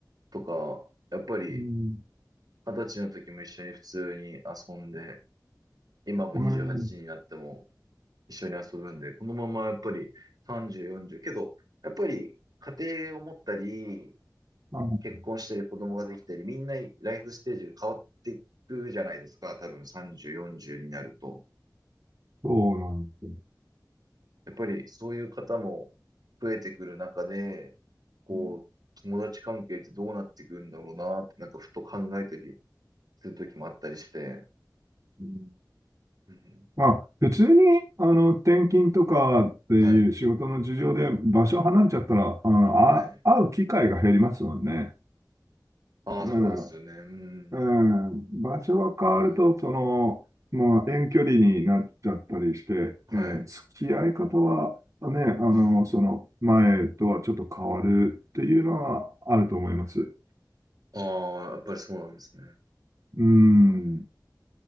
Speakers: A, on the right; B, on the right.
A: とか、やっぱり、
B: うん。
A: 二十歳の時も一緒に普通に遊んで、今も28になっても
B: うん
A: 一緒に遊ぶんで、このままやっぱり30、40、けど、やっぱり家庭を持ったり、
B: あ、
A: 結婚したり子供ができたり、みんなライフステージが変わっていくじゃないですか。多分30、40になると。
B: そうなんですよ。
A: やっぱりそういう方も増えてくる中で、こう、
B: う
A: 友達関係ってどうなっていくんだろうなって、なんかふと考えたりする時もあったりして、
B: ん
A: うん、
B: まあ、普通に、あの、転勤とかっていう仕事の事情で場所離れちゃったら、
A: はい、
B: あの、
A: はい。
B: あ、会う機会が減りますもんね。
A: ああ、
B: うん。
A: そうですよね。うん。
B: うん、場所が変わると、
A: うん、
B: その、まあ、遠距離になっちゃったりして、
A: はい。
B: えー付き合い方はね、あの、
A: あ
B: その前とはちょっと変わるっていうのはあると思います。
A: あ、ああやっぱりそうなんですね。
B: うん。
A: うん、